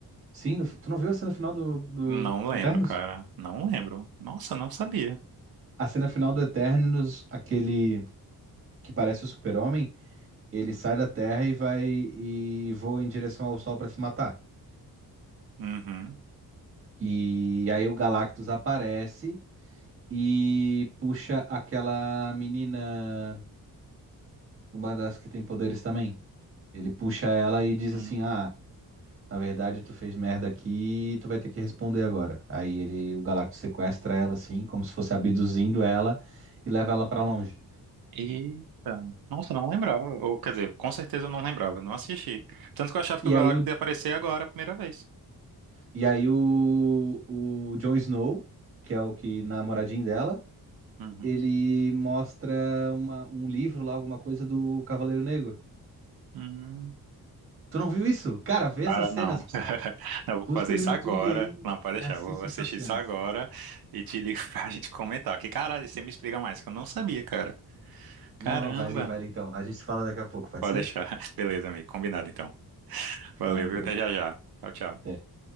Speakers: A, on the right; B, on the right.
A: Sim, no- tu não viu a cena final do, do,
B: Não lembro,
A: do Eternos?
B: cara. Não lembro. Nossa, não sabia.
A: A cena final do Eternos, aquele que parece o Super-Homem, ele sai da Terra e vai e voa em direção ao Sol pra se matar.
B: Uhum.
A: E aí o Galactus aparece e puxa aquela menina, uma das que tem poderes também. Ele puxa ela e diz
B: Hum.
A: assim: Ah, na verdade tu fez merda aqui e tu vai ter que responder agora. Aí ele, o Galactus sequestra ela assim, como se fosse abduzindo ela e leva ela pra longe.
B: Eita, nossa, não lembrava. Ou, quer dizer, com certeza eu não lembrava, eu não assisti. Tanto que eu achava
A: E
B: que o Galactus
A: aí o,
B: ia aparecer agora, a primeira vez.
A: e aí o, o Jon Snow, que é o que namoradinho dela,
B: Uhum.
A: ele mostra uma, um livro lá, alguma coisa do Cavaleiro Negro.
B: Uhum.
A: Tu não viu isso? Cara, vê
B: Cara,
A: essas cenas,
B: não.
A: pô.
B: <laughs> Não, eu vou
A: Busca
B: fazer
A: no
B: isso
A: YouTube
B: agora.
A: aí
B: Não, pode
A: e
B: deixar,
A: assiste
B: eu vou assistir
A: essas cenas.
B: isso agora e te ligo <laughs> pra gente comentar. Que caralho, você me explica mais, que eu não sabia, cara. Caramba.
A: Não, não, vai ali, vai ali então. A gente fala daqui a pouco, pode
B: Pode
A: ser?
B: deixar. <laughs> Beleza, amigo, combinado então. Valeu,
A: Valeu.
B: viu? Até já já. Tchau, tchau.
A: até